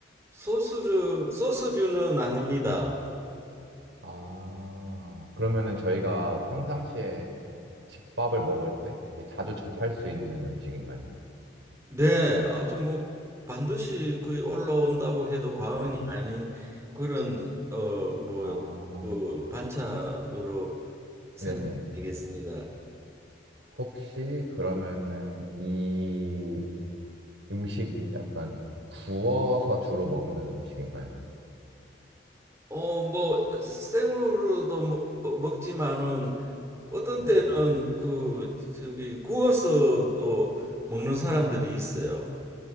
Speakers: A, on the right (about 15°); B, on the right (about 75°).
A: 소스류, 소스류는 아닙니다.
B: 아, 그러면은 저희가 평상시에 집밥을 먹을 때 이제 자주 접할 수 있는 음식인가요?
A: 네, 아주 뭐 반드시 거의 올라온다고 해도 과언이
B: 네.
A: 아닌 그런 어, 뭐,
B: 아,
A: 그 반찬으로 생각되겠습니다.
B: 네네. 혹시 그러면은 이 음식이 약간 구워서 주로 먹는 음식인가요?
A: 어, 뭐 생으로도 먹, 먹지만은 어떤
B: 네.
A: 때는 그 저기 구워서도 먹는 사람들이 있어요.